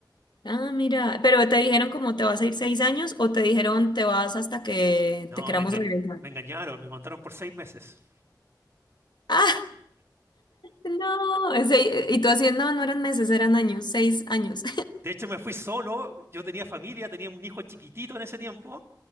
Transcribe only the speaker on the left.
Ah, mira, pero te dijeron cómo te vas a ir seis años o te dijeron te vas hasta que
te queramos
regresar.
<laughs>
Ah, no, ese- y tú así, no, no eran meses, eran años, seis años.